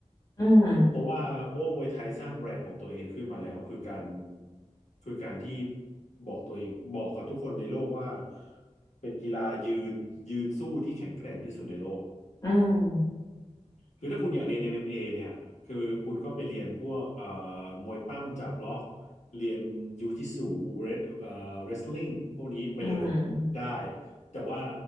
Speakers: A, on the left; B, on the left.
A: อืม
B: เพราะว่าเพราะว่ามวยไทยสร้างแบรนด์ของตัวเองขึ้นมาแล้วคือการคือการที่บอกตัวเองบอกกับทุกคนในโลกว่าเป็นกีฬายืนยืนสู้ที่แข็งแกร่งที่สุดในโลก
A: อืม
B: คือถ้าคุณอยากเรียน MMA เอ็มเอเนี่ยคือคุณก็ไปเรียนพวกเอ่อมวยปั้มจับล็อกเรียนยูจิสึเรสเอ่อเรสลิงพวกนี้ไปเลยได้
A: อืม
B: แต่ว่า